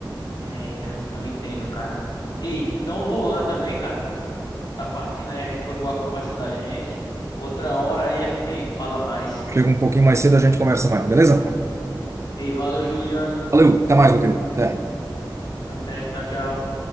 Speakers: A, on the left; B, on the right.
A: Eita, eu entendo, cara. Ei, então eu vou lá também, cara. Tá partindo aí, a gente- foi boa a conversa da gente. Outra hora aí a gente fala mais.
B: Chega um pouquinho mais cedo, a gente conversa mais, beleza?
A: Ei, valeu, Juliano.
B: Valeu, até mais, meu querido. Até.
A: Até, tchau, tchau.